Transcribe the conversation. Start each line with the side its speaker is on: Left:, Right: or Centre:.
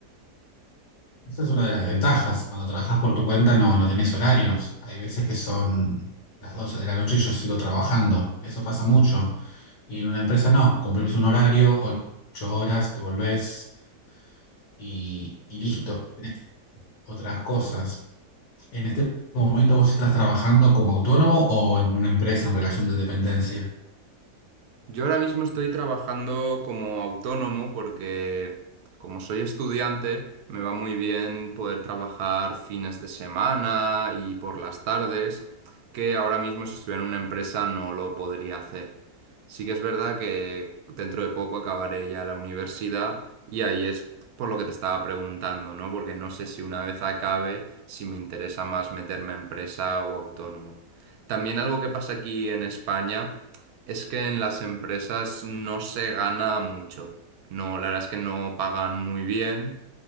Left: Esa es una de las ventajas. Cuando trabajas por tu cuenta no, no tenés horarios. Hay veces que son las 12 de la noche y yo sigo trabajando. Eso pasa mucho. Y en una empresa no. Cumplís un horario, ocho horas, te volvés y, y listo. Tenés tiempo para hacer otras cosas. ¿En este momento vos estás trabajando como autónomo o en una empresa en relación de dependencia?
Right: Yo ahora mismo estoy trabajando como autónomo porque como soy estudiante me va muy bien poder trabajar fines de semana y por las tardes, que ahora mismo si estuviera en una empresa no lo podría hacer. Sí que es verdad que dentro de poco acabaré ya la universidad y ahí es por lo que te estaba preguntando, ¿no? Porque no sé si una vez acabe si me interesa más meterme a empresa o autónomo. También algo que pasa aquí en España. Es que en las empresas no se gana mucho. No, la verdad es que no pagan muy bien.